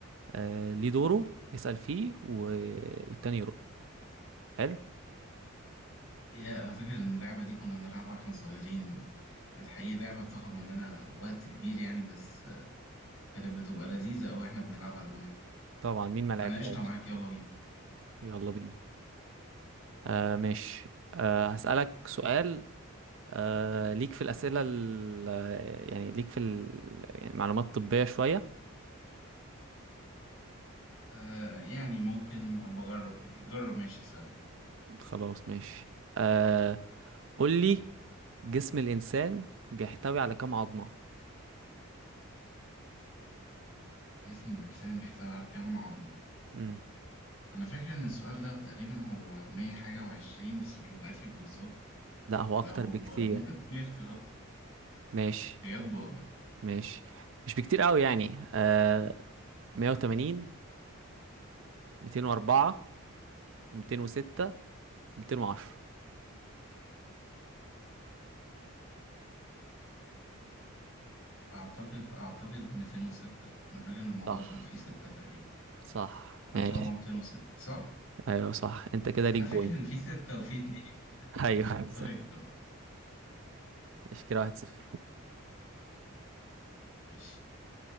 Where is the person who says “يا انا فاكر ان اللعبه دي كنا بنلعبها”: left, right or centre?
Left